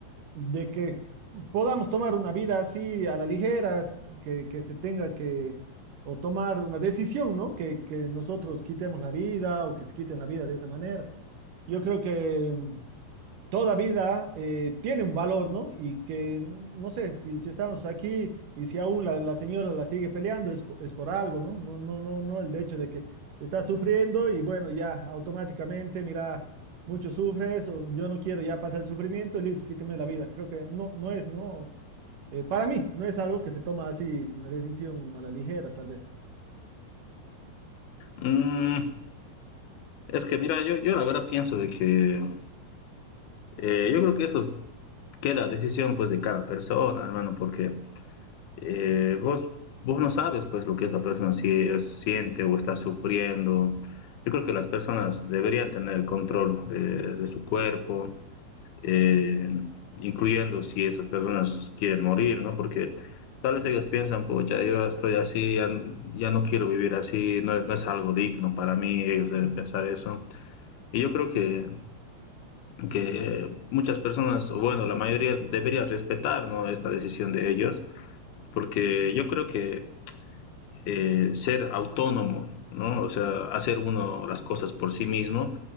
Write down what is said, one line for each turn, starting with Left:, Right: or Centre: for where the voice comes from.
Right: de que podamos tomar una vida así a la ligera, que, que se tenga que, o tomar una decisión, ¿no? Que, que nosotros quitemos la vida o que se quiten la vida de esa manera. Yo creo que toda vida eh, tiene un valor, ¿no? Y que no sé si, si estamos aquí y si aún la, la señora la sigue peleando es, po- es por algo, ¿no? No, no, no, no, el hecho de que está sufriendo y bueno, ya automáticamente, mira, mucho sufres, o yo no quiero ya pasar el sufrimiento y listo, quítame la vida. Creo que no, no es, no, eh, para mí, no es algo que se toma así, una decisión a la ligera, tal vez.
Left: Mm, es que mira, yo, yo la verdad pienso de que eh, yo creo que eso queda a decisión pues de cada persona, hermano, porque eh, vos, vos no sabes pues lo que esa persona si, eh, siente o está sufriendo. Yo creo que las personas deberían tener el control eh, de su cuerpo, eh, incluyendo si esas personas quieren morir, ¿no? Porque tal vez ellos piensan, pucha, yo estoy así, ya, ya no quiero vivir así, no es, no es, algo digno para mí, ellos deben pensar eso. Y yo creo que, que muchas personas, bueno, la mayoría debería respetar ¿no? esta decisión de ellos, porque yo creo que eh, ser autónomo, ¿no? O sea, hacer uno las cosas por sí mismo,